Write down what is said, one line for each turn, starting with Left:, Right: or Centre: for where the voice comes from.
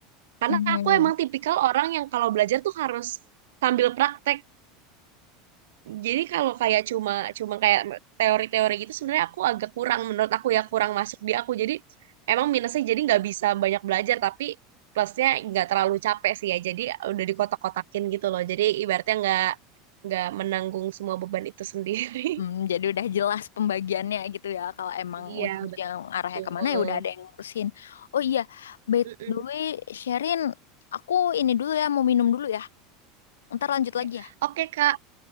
Right: Karena
Left: Mhm.
Right: aku emang tipikal orang yang kalau belajar tuh harus sambil praktek Jadi kalau kayak cuma cuma kayak teori-teori gitu sebenarnya aku agak kurang menurut aku ya kurang masuk di aku. Jadi emang minusnya jadi nggak bisa banyak belajar tapi plusnya nggak terlalu capek sih ya. Jadi udah dikotak-kotakin gitu loh. Jadi ibaratnya nggak nggak menanggung semua beban itu sendiri.
Left: Hmm,
Right: <laughs>
Left: jadi udah jelas pembagiannya gitu ya. Kalau emang
Right: Iya
Left: ujung-ujung
Right: betul.
Left: arahnya kemana ya udah ada yang ngurusin. Oh iya, by
Right: Mm-mm.
Left: the way, Sherin, aku ini dulu ya mau minum dulu ya. Ntar lanjut lagi
Right: Ya.
Left: ya.
Right: Oke Kak,